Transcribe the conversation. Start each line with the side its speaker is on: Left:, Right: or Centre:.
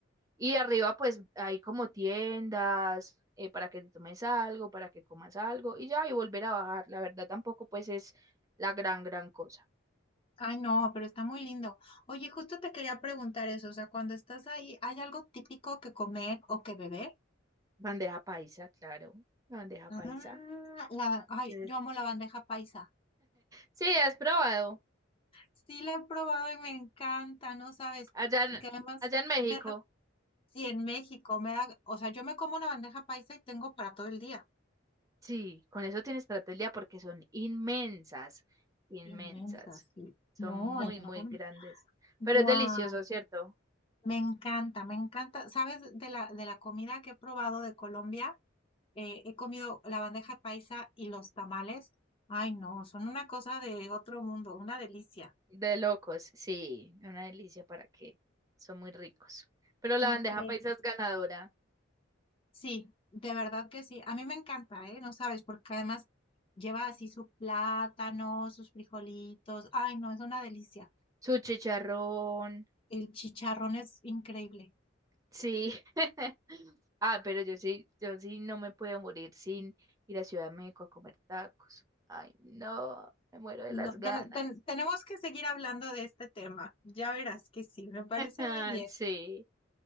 Right: Y arriba pues hay como tiendas eh, para que te tomes algo, para que comas algo y ya, y volver a bajar. La verdad tampoco pues es la gran, gran cosa.
Left: Ay, no, pero está muy lindo. Oye, justo te quería preguntar eso, o sea, cuando estás ahí, ¿hay algo típico que comer o que beber?
Right: Bandeja paisa, claro, la bandeja
Left: Ah,
Right: paisa.
Left: la, ay,
Right: Sí,
Left: yo amo la bandeja paisa.
Right: Sí, has probado.
Left: Sí, la he probado y me encanta, ¿no sabes?
Right: Allá en,
Left: Porque además
Right: allá en México.
Left: me da, sí, en México me da, o sea, yo me como una bandeja paisa y tengo para todo el día.
Right: Sí, con eso tienes para todo el día porque son inmensas, inmensas.
Left: Inmensa, sí.
Right: Son
Left: No,
Right: muy,
Left: enorme.
Right: muy grandes.
Left: Guau.
Right: Pero es delicioso, ¿cierto?
Left: Me encanta, me encanta. ¿Sabes? De la, de la comida que he probado de Colombia, eh, he comido la bandeja paisa y los tamales. Ay, no, son una cosa de otro mundo, una delicia.
Right: De locos, sí, una delicia para que son muy ricos. Pero
Left: Increíble.
Right: la bandeja paisa es ganadora.
Left: Sí, de verdad que sí. A mí me encanta, ¿eh? No sabes, porque además lleva así su plátano, sus frijolitos. Ay, no, es una delicia.
Right: Su chicharrón,
Left: El chicharrón es increíble.
Right: sí. <laughs> Ah, pero yo sí, yo sí no me puedo morir sin ir a Ciudad de México a comer tacos. Ay, no, me muero de
Left: No,
Right: las ganas.
Left: ten- ten- tenemos que seguir hablando de este tema. Ya verás que sí, me parece
Right: Ah,
Left: muy bien.
Right: sí.